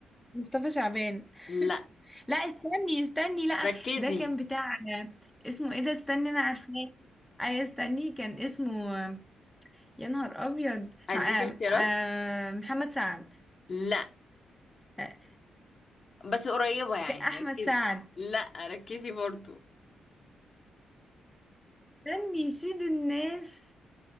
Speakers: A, in the centre; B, on the left.
A: مصطفى شعبان
B: لا
A: <laughs> لا استني استني لا
B: ركزي
A: ده كان بتاع اسمه ايه ده استني انا عارفاه اي استني كان اسمه يا نهار ابيض
B: اديك
A: مع
B: اختيارات
A: آه، آه، محمد سعد
B: لا
A: آه،
B: بس قريبة يعني
A: احمد
B: ركزي
A: سعد
B: لا ركزي برضو
A: استني سيد الناس